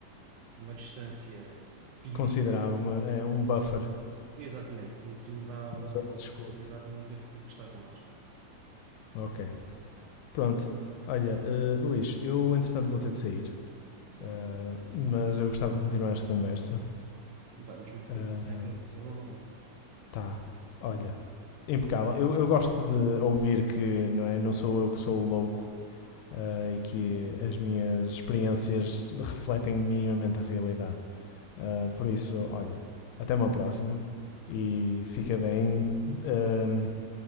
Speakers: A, on the right; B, on the left.
A: uma distância física
B: Considerava uma, é, um buffer.
A: Exatamente, que, que me dá uma,
B: Uma zona
A: uma
B: de
A: boa
B: escudo.
A: possibilidade de não ter que, que estar com eles.
B: Ok. Pronto. Olha, eh, Luís, eu entretanto vou ter de sair,
A: Boa,
B: eh,
A: ok.
B: mas eu gostava de continuar esta conversa.
A: Vamos no futuro,
B: Eh,
A: sempre, sem problema algum.
B: tá. Olha, impecável. Eu, eu gosto de ouvir que não, é, não sou eu que sou o louco ah, e que as minhas experiências refletem minimamente a realidade. Ah, por isso, olha, até uma próxima e fica bem. ahm,